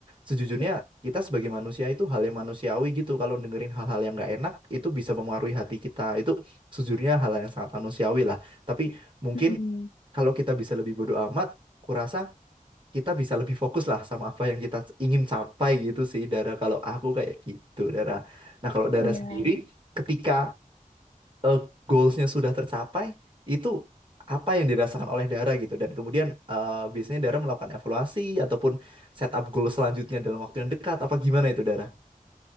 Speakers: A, on the right; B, on the left.
A: sejujurnya
B: Iya.
A: kita sebagai manusia itu hal yang manusiawi gitu. Kalau dengerin hal-hal yang enggak enak itu bisa mempengaruhi hati kita. Itu sejujurnya hal yang sangat manusiawi lah. Tapi mungkin
B: Mm-mm.
A: kalau kita bisa lebih bodo amat, kurasa kita bisa lebih fokus lah sama apa yang kita ingin capai gitu sih Dara kalau aku kayak gitu Dara nah kalau Dara
B: Iya.
A: sendiri ketika eh, goalsnya sudah tercapai itu apa yang dirasakan oleh Dara gitu dan kemudian eh, biasanya Dara melakukan evaluasi ataupun set up goal selanjutnya dalam waktu yang dekat apa gimana itu Dara